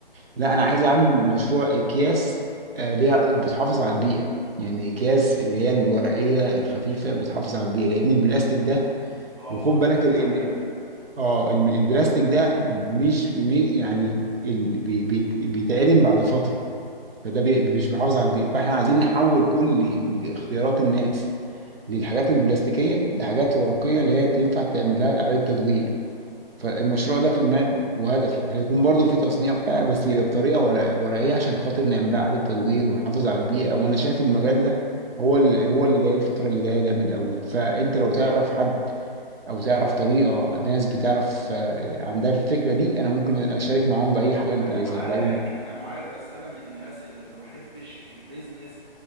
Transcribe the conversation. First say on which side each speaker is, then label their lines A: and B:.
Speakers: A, on the right; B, on the right.
A: لا انا عايز اعمل مشروع اكياس آه، اللي هي بتحافظ على البيئه يعني اكياس اللي هي الورقيه الخفيفه بتحافظ على البيئه لان البلاستيك ده
B: اه
A: وخد
B: دي
A: بالك
B: فكره
A: ال
B: حلوه
A: ال ال- اه ال- البلاستيك ده مش مي- يعني ال- بي- بي- بيتعدم بعد فتره فده بي مش بيحافظ على البيئه فاحنا عايزين نحول كل ال- اختيارات الناس للحاجات البلاستيكيه لحاجات ورقيه اللي هي تنفع تعمل لها اعاده تدوير فالمشروع ده في دماغي وهدفي هيكون برضو في تصنيع بتاع بس يبقى بطريقه ورق- ورقيه عشان خاطر نعملها اعاده تدوير ونحافظ على البيئه وانا شايف المجال ده هو اللي هو اللي جاي الفتره اللي جايه جامد قوي فانت لو تعرف حد او تعرف طريقه ناس بتعرف آه، عندها الفكره دي انا ممكن اشارك معاهم باي حاجه انت
B: انا
A: عايزها
B: معاك
A: باي
B: انا معاك بس انا من الناس اللي ما بحبش البيزنس